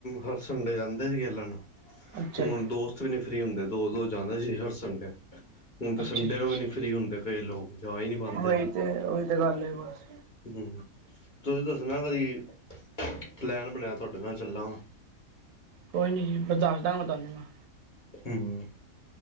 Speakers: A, on the left (about 40°); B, on the right (about 85°).
A: ਹਰ ਸੰਡੇ ਜਾਂਦੇ ਸੀਗੇ ਖੇਲਣ
B: ਅੱਛਾ
A: ਹੁਣ
B: ਜੀ
A: ਦੋਸਤ ਵੀ ਨਹੀਂ ਫਰੀ ਹੁੰਦੇ, ਦੋਸ- ਦੋਸ ਜਾਂਦੇ ਸੀ ਹਰ ਸੰਡੇ। ਹੁਣ ਤਾਂ
B: ਅੱਛਾ
A: ਸੰਡੇ
B: ਜੀ
A: ਨੂੰ
B: ਅੱਛਾ
A: ਵੀ ਨਹੀਂ ਫਰੀ ਹੁੰਦੇ ਕਈ ਲੋਕ ਜਾ ਈ ਨੀ ਪਾਂਦੇ
B: ਉਹੀ
A: ਐਥੇ।
B: ਤੇ ਉਹੀ ਤੇ ਗੱਲ ਹੈ ਬਸ
A: ਹਮ ਤੁਸੀਂ ਦੱਸਣਾ। ਕਦੀ ਪਲੈਨ ਬਣਿਆ ਤਾ ਤੁਹਾਡੇ ਨਾਲ ਚੱਲਾਂਗਾ।
B: ਕੋਈ ਨ ਜੀ। ਮੈਂ ਦੱਸ ਦਾਗਾ ਤੁਹਾਨੂੰ।
A: ਹੂੰ,